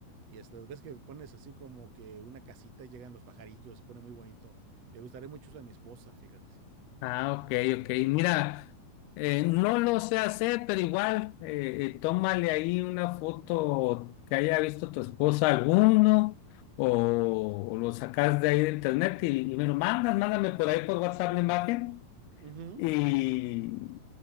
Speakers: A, on the right; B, on the left.
A: Y estas ves que pones así como que una casita y llegan los pajarillos, se pone muy bonito. Le gustaría mucho eso a mi esposa, fíjate.
B: Ah, ok, ok. Mira, eh, no lo sé hacer, pero igual, eh, eh, tómale ahí una foto que haya visto tu esposa alguno, o, o lo sacas de ahí de internet y, y me lo mandas, mándame por ahí por WhatsApp la imagen.
A: Ujú,
B: y